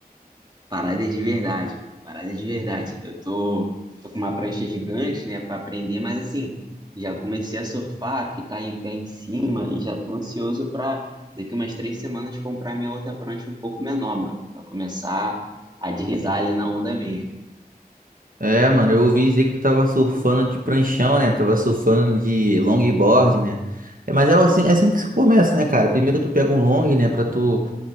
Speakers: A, on the right (about 25°); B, on the right (about 60°).
A: Parada de verdade, parada de verdade. Eu tô, tô com uma prancha gigante, né, pra aprender, mas assim, já comecei a surfar, ficar em pé em cima e já tô ansioso pra daqui umas três semanas comprar minha outra prancha um pouco menor, mano, pra começar a deslizar ali na onda mesmo.
B: É, mano, eu ouvi dizer que tu tava surfando de pranchão, né? Tava surfando de longboard, né? É, mas é assim, é assim que se começa, né, cara? Primeiro tu pega um long, né, pra tu